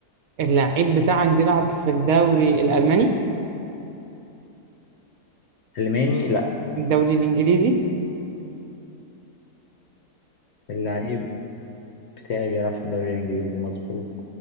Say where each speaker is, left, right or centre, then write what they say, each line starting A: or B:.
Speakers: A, on the right; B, on the left.
A: اللعيب بتاعك بيلعب في الدوري الألماني
B: الماني لا
A: الدوري الإنجليزي
B: اللعيب بتاعي بيلعب في الدوري الانجليزي مظبوط